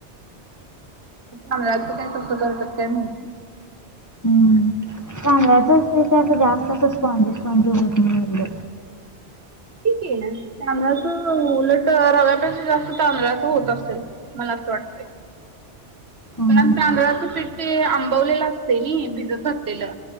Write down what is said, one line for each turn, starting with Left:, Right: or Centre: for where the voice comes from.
Right: तांदळाचं काय कसं करतात काय मग
Left: ह् तांदळाचच करतो असं जास्त अस स्पॉनजी स्पॉनजी होत नाही एवढ
Right: ठीकं ना तांदळाचं उलट रव्यापेक्षा जास्त तांदळाच होत असेल मला असं वाटतंय
Left: माहिती.
Right: पण तांदळाचं पीठ ते आंबवलेलं असते नी भिजत घातलेलं